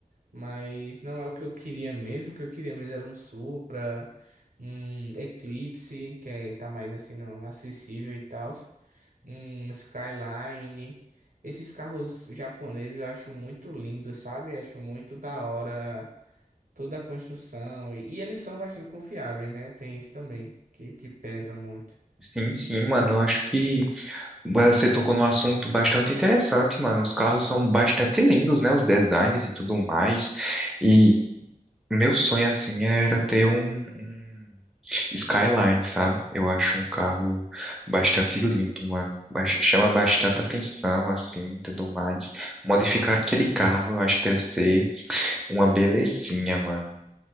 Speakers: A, on the right (about 65°); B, in the centre.
A: Mas não é o que eu queria mesmo. O que eu queria mesmo era um Supra, um Eclipse, que é, tá mais assim, não, acessível e tal. Um Skyline. Esses carros japoneses eu acho muito lindos, sabe? Acho muito da hora toda a construção. E, e eles são bastante confiáveis, né? Tem isso também, que, que pesa muito.
B: Sim, sim, mano, eu acho que você tocou num assunto bastante interessante, mano, os carros são bastante lindos, né, os designs e tudo mais, e meu sonho, assim, era ter um, um Skyline, sabe? Eu acho um carro bastante lindo, mano. Bas- Chama bastante atenção, assim, tudo mais. Modificar aquele carro, eu acho que deve ser uma belezinha, mano.